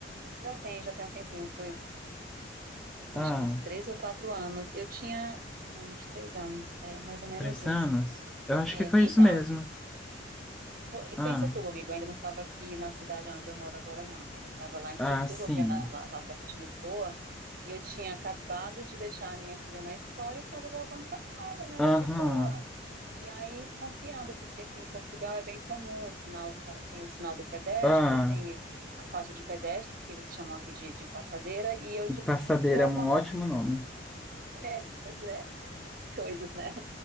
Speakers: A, on the right; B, in the centre.
A: já tem, já tem um tempinho, foi, já tem
B: ah,
A: acho que uns três ou quatro anos, eu tinha, não, uns três anos, é mais ou menos
B: três
A: isso.
B: anos? Eu acho
A: É,
B: que foi
A: então,
B: isso mesmo.
A: Foi,
B: Ah,
A: foi em Setúbal, amigo. Eu ainda não estava aqui na cidade onde eu moro agora, não. Eu ainda estava lá em
B: ah,
A: Setúbal,
B: sim.
A: que é na- lá, lá perto de Lisboa. E eu tinha acabado de deixar a minha filha na escola e estava voltando para casa, né?
B: Aham,
A: De boa. E aí, confiando, porque aqui em Portugal é bem comum, o sinal, tá- tem o sinal do pedestre,
B: ah,
A: tem a faixa de pedestre, que eles chamam aqui de, de passadeira, e eu de,
B: Passadeira
A: de boa
B: é um
A: <laughs> passo.
B: ótimo nome.
A: É, pois é, as coisas, né?